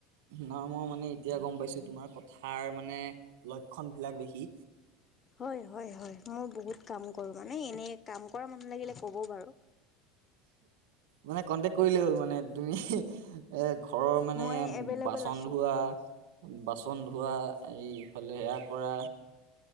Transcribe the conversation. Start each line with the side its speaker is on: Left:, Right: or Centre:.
Right: নাই মই মানে এতিয়া গম পাইছো তোমাৰ কথাৰ মানে লক্ষণ বিিলাক দেখি
Left: হয় হয় হয় মই বহুত কাম কৰো মানে এনে কাম কৰা মানুহ লাগিলে কব বাৰু
Right: মানে কন্টেক্ট কৰিলেই হ'ল মানে তুমি এ ঘৰৰ মানে
Left: মই এভেইলেবল
Right: বাচন
Left: আছোঁ
Right: ধোৱা বাচন পচন ধোৱা এইফালে সেয়া কৰা